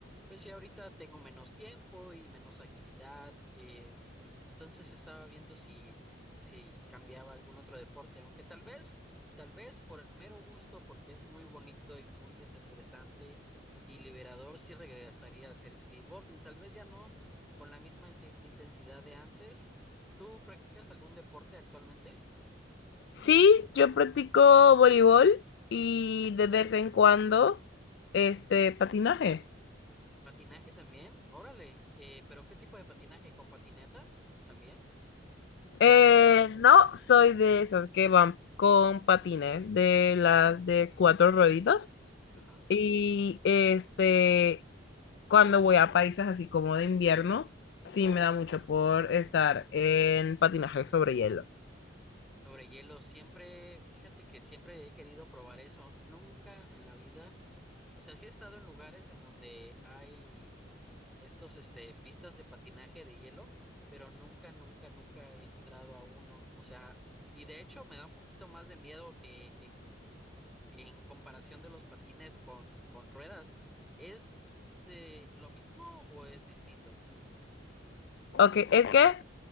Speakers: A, in the centre; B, on the left.
A: pues ya ahorita tengo menos tiempo y menos agilidad, eh, entonces estaba viendo si, si cambiaba algún otro deporte, aunque tal vez, tal vez por el mero gusto, porque es muy bonito y muy desestresante y liberador, sí regresaría a hacer skateboarding, tal vez ya no con la misma inte- intensidad de antes. ¿Tú practicas algún deporte actualmente?
B: Sí, yo practico voleibol y de vez en cuando este patinaje.
A: ¿Patinaje también? Órale, eh, pero ¿qué tipo de patinaje? ¿Con patineta también?
B: Eh, no soy de esas que van con patines, de las de cuatro rueditas.
A: Ajá.
B: Y este, cuando voy a países así como de invierno, sí me da mucho por estar en patinaje sobre hielo.
A: Sobre hielo, siempre, fíjate que siempre he querido probar eso. Nunca en la vida, o sea, sí he estado en lugares en donde hay estos, este, pistas de patinaje de hielo, pero nunca, nunca, nunca he entrado a uno. O sea, n- y de hecho me da un poquito más de miedo que, que en comparación de los patines con, con ruedas. ¿Es eh, lo mismo o es distinto?
B: Ok, es que